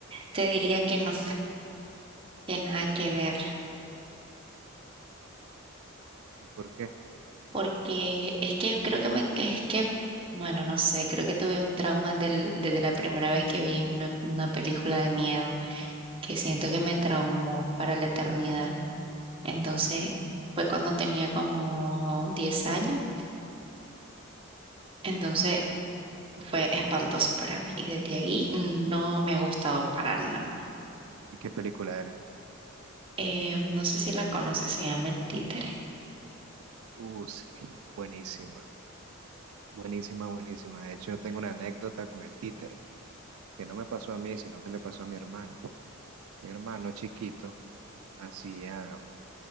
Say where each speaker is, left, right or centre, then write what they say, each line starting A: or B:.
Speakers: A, on the right; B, on the right.
A: te diría que no, que nada que ver,
B: ¿Y por qué?
A: porque es que creo que me, es que, bueno, no sé, creo que tuve un trauma del, desde la primera vez que vi una, una película de miedo, que siento que me traumó para la eternidad. Entonces, fue cuando tenía como 10 años, entonces fue espantoso para mí y desde ahí no me ha gustado para nada.
B: ¿Y qué película era?
A: Eh, no sé si la conoces, se llama El Títere.
B: Uh, sí, buenísima, buenísima, buenísima. De hecho, yo tengo una anécdota con el títere, que no me pasó a mí, sino que le pasó a mi hermano. Mi hermano chiquito hacía